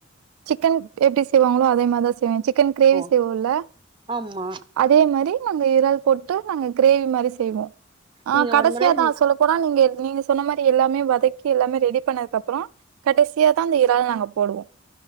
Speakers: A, on the right; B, on the right.
A: சிக்கன் எப்டி செய்வாங்களோ அதே மாரிதான் செய்வேன் சிக் கன் கிரேவி
B: ஓ
A: செய்வோல்ல
B: ஆமா
A: அதேமாரி நம்ம இறால் போட்டு நாங்க கிரேவி மாரி செய்வோ ஆ
B: நீங்க
A: கடைசியாதா
B: ஒரு முறை
A: சொல்லபோனா நீங்க எங் நீங்க சொன்ன மாரி எல்லாமே வதக்கி எல்லாமே ரெடி பண்ணதுக்கு அப்புறம் கடைசியா தா அந்த இறால் நாங்க போடுவோ